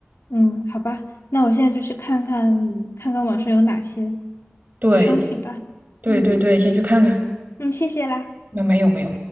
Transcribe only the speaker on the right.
对
对对对，
先去看看。
没有没有没有，